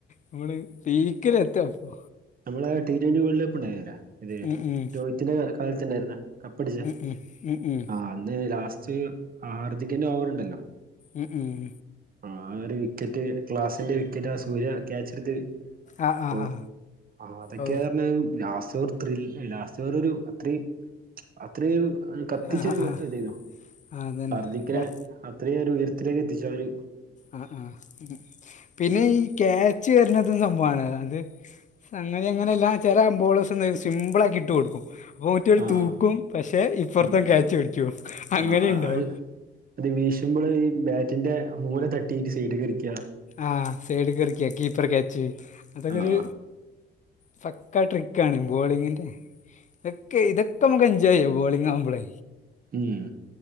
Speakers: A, on the left; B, on the right.
A: നമ്മള് പീക്കിലെത്തപ്പോ
B: നമ്മള് ടി ട്വന്റി വേൾഡ് കപ്പ് ഉണ്ടായിന്ന്ല്ലേ ഏത്?
A: ഉം ഉം
B: രോഹിത്തിന്റെ കാലത്ത്ണ്ടായിരുന്ന കപ്പടിച്ച
A: ഉം ഉം
B: ആ, അന്ന് ലാസ്റ്റ് ആർദിക്കന്റെ ഓവർ ഉണ്ടല്ലോ
A: ഉം ഉം ഉം
B: ആ ഒരു വിക്കറ്റ് ക്ലാസിന്റെ വിക്കറ്റ് ആ സൂര്യ ക്യാച്ചെടുത്ത്
A: ആ ആ
B: ഓ
A: ആ
B: അദ്യ
A: ഓ
B: ക്കെയ പറഞ്ഞാലും ലാസ്റ്റ് ഒരു ത്രില്ലില്ല ചൊരു രു അത്രയും അത്ര യും കത്തിച്ചൊരു
A: ആ ആ ആ
B: ഇതായിന്നോ
A: അതന്നെ
B: ഹർദിക്കിനെ ഇത്രയൊരു ഉയരത്തിലേക്ക് എത്തിച്ചവര്
A: ആ ഹ് ആ ഹ് പിന്നെ
B: ഉം
A: ഈ ക്യാച്ച് വരണത് സംഭവമാണ് അത് സംഗതി അങ്ങനെല്ല ചില അംബോളേസ് സിമ്പിൾ ആക്കി ഇട്ട് കൊടുക്കും അ പ്പ മറ്റോ രു
B: ആ
A: തൂക്കും
B: ആ
A: പക്ഷെ ഇപ്പറത്തോൻ
B: ഉം
A: ക്യാച്ച് പിടിക്കും അങ്ങനെയുണ്ടാവ
B: ആഹ് ആഹ് അഹ് അത് വീശുമ്പോള് ഈ ബാറ്റിൻ്റ മൂല തട്ടീട്ട് സൈഡ് കറിക്കാ
A: ആഹ സൈഡ് കറിക്ക കീപ്പർ ക്യാച്ച് അതൊക്കൊരു
B: ആഹ്
A: പ ക്ക ട്രിക്കാണ് ബോളിങ്ങിന്റെ ഇതൊ ക്കെ ഇതക്കമുക്ക് എൻജോയ് ചെയ്യാം ബോ ളിംഗ്ആ കുമ്പൊ ളെ
B: ഉം